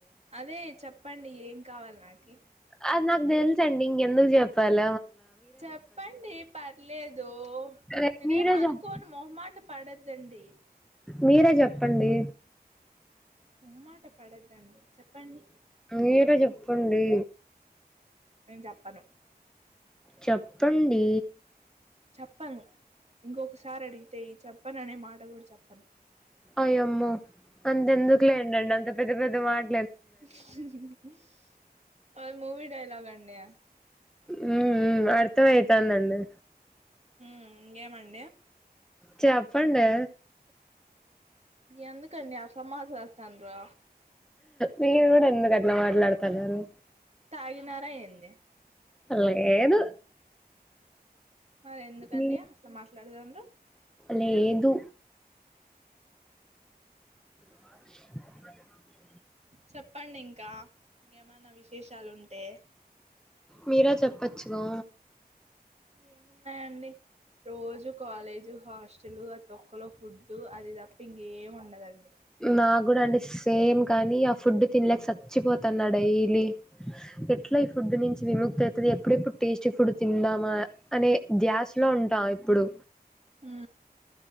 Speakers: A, on the right; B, in the centre.
A: అదే చెప్పండి ఏ <unintelligible> కావాలి నాకి
B: అది నాకు తెలుసండి ఇంకెందుకు చెప్పాల
A: చెప్పండి పర్లేదు
B: అదే
A: నేనేం
B: మీరే
A: అనుకోను
B: చెప్
A: మొహమాటపడద్దండి
B: మీరే చెప్పండి
A: మొహమాటపడద్దండి చెప్పండి
B: మీరే చెప్పండి
A: నేను చెప్పను
B: చెప్పండి
A: చెప్పను ఇంకొకసారి అడిగితే ఈ చెప్ ప్పననే మాట కూడా చెప్పను
B: అయ్యమ్మో అంతెందుకులేడండి అంత పెద్ద పెద్దమాట
A: <unintelligible> అది మూవీ డైలాగ్ అండీ
B: హు అర్థం అయితంది అండి
A: హు ఇంగేమండి.
B: చెప్పండి.
A: ఎందుకండీ అట్ల మాట్లాడుతండ్రు
B: మీరు కూడా ఎందుకు అట్లా మాట్లాడుతున్నారు.
A: తాగినారా ఏంది
B: లేదు
A: మరి ఎందుకండి
B: మీ
A: అట్లా మాట్లాడుతాండ్రు
B: లేదు <unintelligible>
A: చెప్పండి ఇంకా ఇంకేమనా విశేషాలు ఉంటే
B: మీరె చెప్పచ్చుగా
A: ఇ ఏమున్నాయండి రోజు కాలేజు హాస్టల్ ఆ తొక్కలో ఫుడ్ అది తప్ప ఇంకేము ఉండదండి
B: నా కూడా అంటే సేమ్ కానీ ఆ ఫుడ్ తినలేక సచ్చిపోతున్నా డైలీ ఎట్లా
A: ఉ
B: ఈ ఫుడ్ నుంచి విముక్తి అవుతది ఎప్పుడెప్పుడు టేస్టీ ఫుడ్ తిందా మా అనే ధ్యాసలో ఉంటాం ఎప్పుడు
A: హు